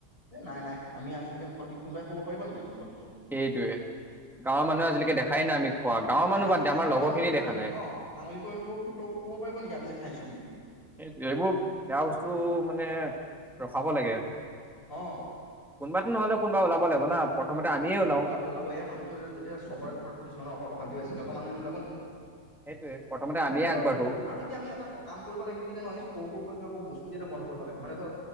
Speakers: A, on the left; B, in the centre.
A: এ নাই নাই আমি আজিলৈকে মুখত দি কোনোবাই কব পাৰিব নি কো মুখত দিছো
B: সেইটোয়ে গাঁৱৰ মানুহে আজিলৈকে দেখা খাই না আমি খোৱা গাঁৱৰ
A: নাই
B: মানুহ
A: নাই
B: বাদ
A: আমাক
B: দে
A: আঙুলি
B: আমাৰ লগৰ
A: তোৱাই কব
B: খিনি
A: পাৰিব
B: দেখা
A: নেকি
B: নাই
A: অ আঙুলি কৈ কব পাৰিব নেকি আমি যে খাইছো বুলি
B: সেইটোৱে এইবোৰ বেয়া বস্তু মানে ৰখাব লাগে
A: অ
B: কোনোবাটো নহ'লে কোনবা ওলাব লাগিব না প্ৰথমতে আমিয়ে ওলাও
A: এ ওলাব ওলাব এয়া মানুহতো যেতিয়া চবৰে ঘৰত কিছুমান ঘৰত অশান্তি হৈছে মানুহখিনি নোলাব নেকি
B: সেইটোৱে প্ৰথমতে
A: মানে
B: আমিয়ে
A: এতিয়া
B: আগবাঢ়ো
A: ধৰ আৰু এতিয়া আমি এটা কাম কৰিব লাগে কি জানো এই সৰু সৰু পোৱালিবিলাকৰ বস্তু কিন্তু এতিয়া বন্ধ কৰিব লাগে মানে তোৰ